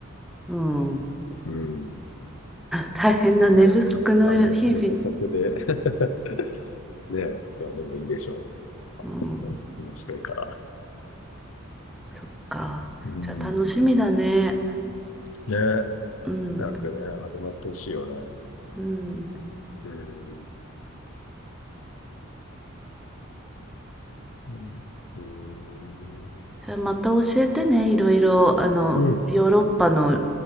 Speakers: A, in the centre; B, on the left.
A: うん。
B: うん。
A: 大変な寝不足の日々。
B: ねえ。はい、寝不足で <laughs> ねえ。いや、でもいいでしょ
A: うん、
B: う。<laughs> 面白いから。
A: そっか。
B: うん。
A: じゃあ楽しみだね。
B: ねえ。
A: うん、
B: 早くね、始まってほしいよね。
A: うん。
B: うん。うん。うん。
A: じゃあまた教えてね、いろいろ、あの、
B: う
A: ヨーロッパの